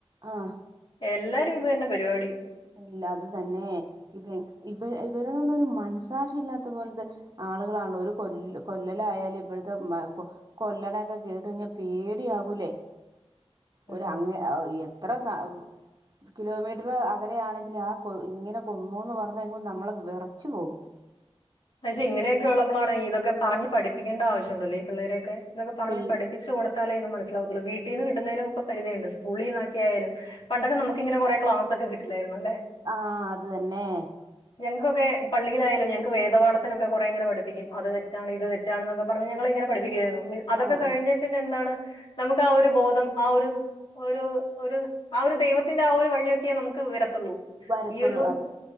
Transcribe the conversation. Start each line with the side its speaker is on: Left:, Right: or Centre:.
Right: ആഹ്
Left: എല്ലാരു ഇതന്നെ പരുവാടി
Right: ഇല്ല അത് തന്നേ. ഇവ ഇവരൊന്നും ഒരു മനസ്സാക്ഷി ഇല്ലാത്ത പോലത്തെ ആളുകളാണല്ലോ ഒരു കൊ കൊല്ലലായാലും ഇവിട്ത്തെ കൊല്ല്ണൊക്കെ കേട്ട് കഴിഞ്ഞ പേടിയാവൂലെ
Left: ഉം
Right: ഒര് അങ്ങ് എത്ര ന്ന കിലോമീറ്റ്റ് അകലെയാണെങ്കില് ആ കൊ ഇങ്ങനെ കൊന്നൂന്ന് പറഞ്ഞ നമ്മള് വെറച്ചു പോകും
Left: പക്ഷെ ഇങ്ങനെയൊക്കെ ഉള്ളപ്പോളാണ് ഇതൊക്കെ പറഞ്ഞ് പഠിപ്പിക്കേണ്ട ആവശ്യണ്ടല്ലെ ഈ പിള്ളേരെയൊക്കെ ഇതൊക്കെ പറഞ്ഞ്
Right: പിൽ
Left: പഠപ്പിച്ച് കൊടുത്താലെ ഇത് മനസിലാവത്തൊള്ളൂ വീട്ടീന്ന് കിട്ടുന്നതിനും ഒക്ക പരിതിയുണ്ട് സ്കൂളിന്നാക്ക്യയാലും പണ്ടൊക്കെ നമുക്കിങ്ങനെ കൊറെ ക്ലാസ്സൊക്കെ കിട്ടില്ലായിരുന്നൊ
Right: ആ അത് തന്നേ
Left: ഞങ്ങ്കൊക്കെ പള്ളിയിലായാലും ഞങ്ങക്ക് വേ ദ പഠാത്തിനൊക്കെ കൊറേ ഇങ്ങനെ പഠിപ്പിക്കും. അത് തെറ്റാണ് ഇത് തെറ്റാണ് ന്നൊക്കെ പറഞ്ഞ് ഞങ്ങളെ ഇങ്ങനെ പഠപ്പിക്കുവായിരുന്നു അതൊക്കെ
Right: ആഹ്
Left: കഴിഞ്ഞ് പിന്നെന്താണ് നമുക്ക് ആ ഒര് ബോധം ആ ഒര് സ് ഒര് ഒര് ആ ഒര് ദൈവത്തിന്റെ ആ ഒര് വഴിയൊക്കെ നമുക്ക് വരത്തൊള്ളു
Right: വരത്തുള്ളൂ
Left: ഈ ഒരൂ
Right: അത്